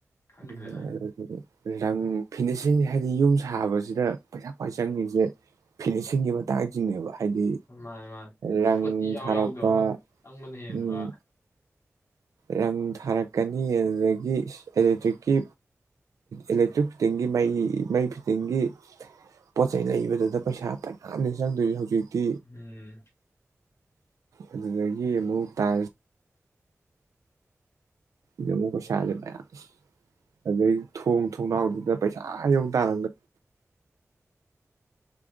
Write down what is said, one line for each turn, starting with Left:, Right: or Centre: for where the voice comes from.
Left: ꯈꯪꯗ꯭ꯔꯦꯗ
Right: ꯎꯝ ꯑꯗꯨ ꯐ ꯔꯪ ꯐꯤꯅꯤꯁꯤꯡ ꯍꯥꯏꯗꯤ ꯌꯨꯝ ꯁꯥꯕꯁꯤꯗ ꯄꯩꯁꯥ ꯈ꯭ꯋꯥꯏ ꯆꯪꯉꯁꯦ ꯐꯤꯅꯤꯁꯤꯡꯒꯤ ꯃꯇꯥꯡꯁꯤꯅꯦꯕ ꯍꯥꯏꯗꯤ
Left: ꯃꯥꯅꯦ ꯃꯥꯅꯤ
Right: ꯔꯪ
Left: ꯄꯣꯠꯇꯤ ꯌꯥꯎ
Right: ꯊꯥꯔꯛꯄ
Left: ꯌꯥꯎꯗꯕ ꯑꯪꯕꯅ ꯍꯦꯟꯕ
Right: ꯎꯝ ꯔꯪ ꯊꯥꯔꯛꯀꯅꯤ ꯑꯗꯨꯗꯒꯤ ꯑꯦꯂꯦꯛꯇ꯭ꯔꯤꯛꯀꯤ ꯏꯂꯦꯛꯇ꯭ꯔꯤꯛ ꯐꯤꯠꯇꯤꯡꯒꯤ ꯃꯩ ꯃꯩ ꯐꯤꯠꯇꯤꯡꯒꯤ ꯄꯣꯠ ꯆꯩꯩ ꯂꯩꯕꯗꯨꯗ ꯄꯩꯁꯥ ꯃꯌꯥꯝꯅꯤ ꯆꯪꯗꯣꯏꯁ ꯍꯧꯖꯤꯛ ꯀ
Left: ꯎꯝ
Right: ꯑꯗꯨꯗꯒꯤ ꯑꯃꯨꯛ ꯇꯥꯏꯜꯁ ꯗ ꯑꯃꯨꯛ ꯄꯩꯁꯥꯁꯦ ꯃꯌꯥꯝ ꯑꯗꯨꯗꯩ ꯊꯣꯡ ꯊꯣꯡꯅꯥꯎꯗꯨꯗ ꯄꯩꯁꯥ ꯌꯧ ꯇꯥꯔꯝꯒꯅꯤ